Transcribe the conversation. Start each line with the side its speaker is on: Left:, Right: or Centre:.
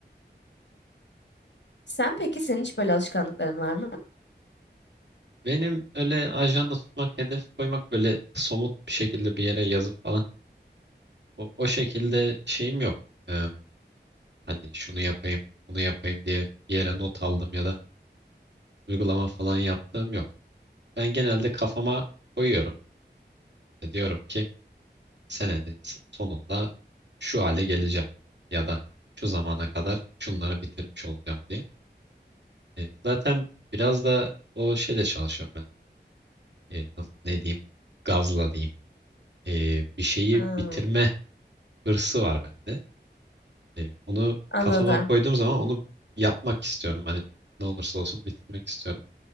Left: Sen peki senin hiç böyle alışkanlıkların var mı?
Right: benim öyle ajanda tutmak, hedef koymak böyle somut bir şekilde bir yere yazıp falan o, o şekilde şeyim yok. Ee, hani şunu yapayım, bunu yapayım diye bir yere not aldım ya da uygulama falan yaptığım yok. Ben genelde kafama koyuyorum. E, diyorum ki senenin s- sonunda şu hale geleceğim ya da şu zamana kadar şunları bitirmiş olacağım diye. E, zaten biraz da o şeyle çalışıyorum ben. E, nasıl, ne diyeyim? Gazla diyeyim. E, bir şeyi
Left: Ha,
Right: bitirme hırsı var bende. E, onu
Left: anladım.
Right: kafama koyduğum zaman onu yapmak istiyorum. Hani ne olursa olsun bitirmek istiyorum.